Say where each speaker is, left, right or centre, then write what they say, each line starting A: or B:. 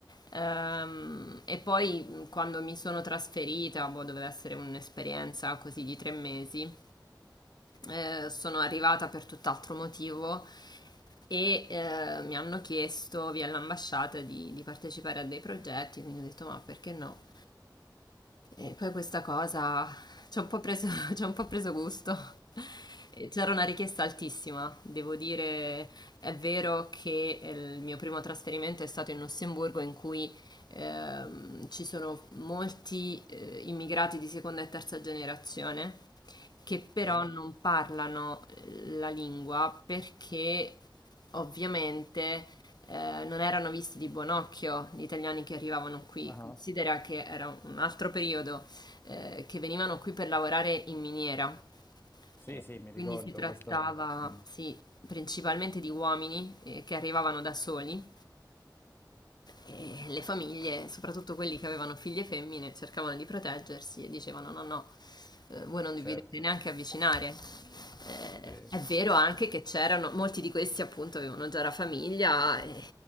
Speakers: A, on the left; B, on the left.
A: Ehm, e poi mh, quando mi sono trasferita, boh, doveva essere un'esperienza così di tre mesi, eh, sono arrivata per tutt'altro motivo e eh, mi hanno chiesto via l'ambasciata di, di partecipare a dei progetti, quindi ho detto ma perché no? E poi questa cosa ci ha un po' preso, <laughs> ci ha un po' preso gusto. E C'era una richiesta altissima, devo dire, è vero che eh, il mio primo trasferimento è stato in Lussemburgo in cui ehm, ci sono molti eh, immigrati di seconda e terza generazione che però
B: Sì?
A: non parlano eh, la lingua perché ovviamente eh, non erano visti di buon occhio gli italiani che arrivavano qui.
B: Ah.
A: Considera che era un altro periodo eh, che venivano qui per lavorare in miniera,
B: Sì,
A: eh,
B: sì, mi ricordo
A: quindi si trattava,
B: questo. Mm,
A: sì, principalmente di uomini eh, che arrivavano da soli e le famiglie, soprattutto quelli che avevano figlie femmine, cercavano di proteggersi e dicevano: No, no, eh, voi non vi
B: Certo,
A: dovete neanche avvicinare. Eh,
B: sì,
A: è vero anche che c'erano, molti di questi appunto avevano già la famiglia, eh,